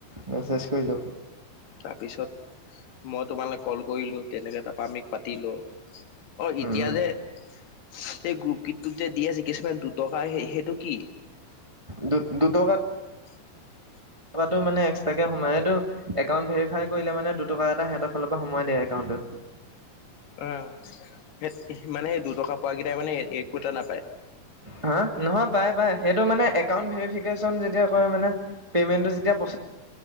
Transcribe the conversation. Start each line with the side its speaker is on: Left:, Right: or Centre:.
Right: মেছেজ কৰিলো।
Left: তাৰপিছত মই তোমালৈ কল কৰিলো তেনেকে তাৰাপ আমিক পাতিলো অ
Right: উম,
Left: এতিয়া
Right: উম,
Left: যে এইেই গ্ৰুপ গীতটোত যে দি আছে কিছুমান দুটকা সেইটো কি?
Right: দু দুটকা
Left: উ <unintelligible>
Right: টকাটো মানে এক্সট্ৰাকে সোমাই একাউণ্ট ভেৰিফাই কৰিলে মানে দুটকা এটা সিহতৰ ফালৰ পৰাোাই দিয় একাউটত।
Left: অ সেই মানে দুটকা পোৱাকেইটাই মানে একোটা নাপায়।
Right: হ নহয় পাই পাই সেইটো মানে এউ ভেৰিফিকেচন মানে যেতিয়া কয় মানে পে'মেণ্টো যেতিয়া প্ৰেছ